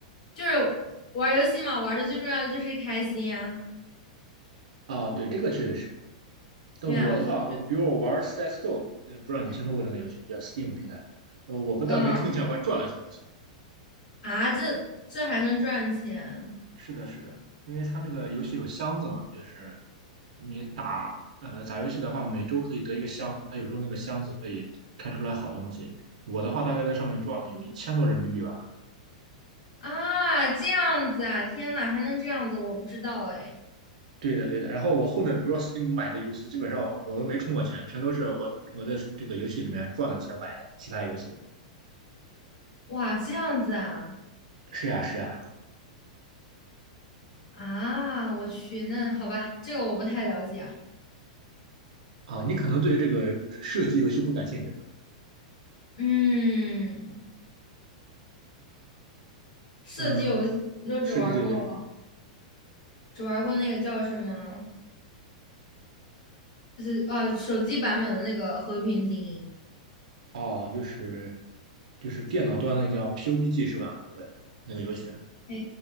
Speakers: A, on the left; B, on the right.
A: 就是玩儿游戏嘛，玩儿的最重要的就是开心啊，
B: 啊，对，这个确实是。但我的话，
A: 对啊，所以我觉
B: 我比如我玩 CSGO，呃不知道你听说过这个游戏吗？
A: 得
B: 叫 Steam 平台。呃，我不但没充钱，
A: 嗯
B: 我还赚了很多钱。
A: 啊，这这还能赚钱
B: 是的，是的，因为它那个游戏有箱子嘛，就是你打呃打游戏的话，每周可以得一个箱子，它有时候那个箱子可以开出来好东西。我的话大概在上面赚了有一千多人民币吧。
A: 啊，这样子啊，天呐，还能这样子，我不知道哎，
B: 对的，对的。然后我后面比如说 Steam 买的游戏，基本上我都没充过钱，全都是我我的这个游戏里面赚的钱买的其他游戏。
A: 哇，这样子啊
B: 是呀，是呀。
A: 啊，我去，那好吧，这个我不太了解啊。
B: 啊，你可能对这个就是射击游戏不感兴趣是吧？
A: 嗯，刺激游戏我就只玩过，
B: 呃，射击，对对。
A: 只玩过那个叫什么，就是呃手机版本的那个《和平精英》。
B: 哦，就是就是电脑端的叫 PUBG 是吧？那个那个游戏。
A: 哎，